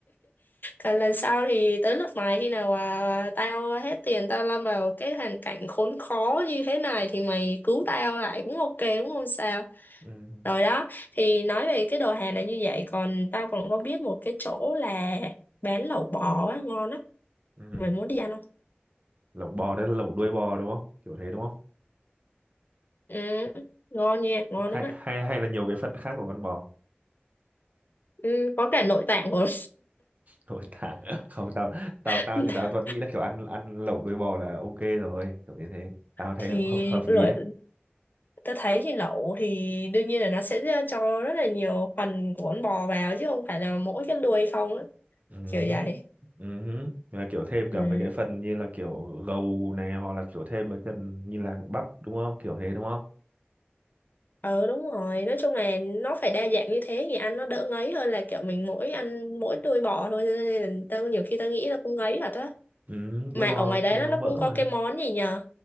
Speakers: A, on the left (about 50°); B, on the right (about 40°).
A: Còn lần sau thì tới lượt mày khi nào à, tao hết tiền tao lâm vào cái hoàn cảnh khốn khó như thế này thì mày cứu tao lại cũng ok đúng không sao?
B: ừ.
A: Rồi đó, thì nói về cái đồ hàng này như vậy còn tao còn có biết một cái chỗ là bán lẩu bò á, ngon á.
B: Ừ.
A: Mày muốn đi ăn không?
B: lẩu bò đấy là lẩu đuôi bò đúng không kiểu thế đúng không
A: Ừ, ngon nha, ngon
B: hay
A: lắm á.
B: hay hay là nhiều cái phần khác của con bò
A: Ừ, có cả nội tạng rồi.
B: thôi tao <laughs> không tao tao
A: <laughs>
B: tao thì tao vẫn nghĩ là kiểu ăn ăn lẩu đuôi bò là ok rồi kiểu như thế tao thấy
A: thì
B: hợp hợp
A: lười
B: lý đấy
A: Tôi thấy thì lẩu thì đương nhiên là nó sẽ cho rất là nhiều phần của con bò vào chứ không phải là mỗi cái đuôi không á.
B: ừ
A: Kiểu vậy.
B: ừ Là kiểu thêm
A: Ừ.
B: cả mấy cái phần như là kiểu gầu này hoặc là kiểu thêm mấy phần như là bắp đúng không kiểu thế đúng không
A: Ừ đúng rồi, nói chung là nó phải đa dạng như thế thì ăn nó đỡ ngấy hơn là kiểu mình mỗi ăn mỗi đuôi bò thôi Cho nên là tao nhiều khi tao nghĩ là cũng ngấy thật á.
B: ừ
A: mà
B: đuôi bò
A: ở ngoài đấy
B: thì nó
A: nó nó
B: mỡ
A: cũng có
B: mà
A: cái món gì nhờ